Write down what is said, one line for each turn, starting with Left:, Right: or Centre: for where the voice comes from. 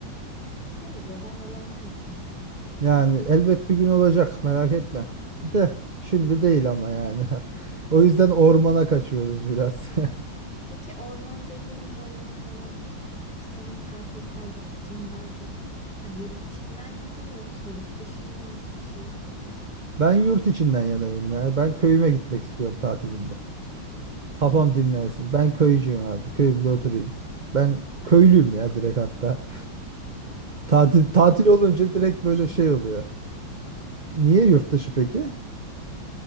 Centre: Hayır ya ben alanlar için dedim.
Right: Yani elbet bir gün olacak merak etme. De şimdi değil ama yani. <laughs> O yüzden ormana kaçıyoruz biraz. <laughs>
Centre: Peki orman dediğin böyle mesela Senin tatil tercihin daha çok hani yurt içinden yana mı yoksa yurt dışı mı nasıl bir şey?
Right: Ben yurt içinden yanayım ya. Ben köyüme gitmek istiyorum tatilimde. Kafam
Centre: Hmm.
Right: dinlensin. Ben köycüyüm abi. Köyümde oturayım. Ben köylüyüm
Centre: Valla
Right: ya direkt hatta. Tatil tatil
Centre: ben
Right: olunca
Centre: yurt
Right: direkt böyle
Centre: dışı.
Right: şey oluyor. Niye yurt dışı peki?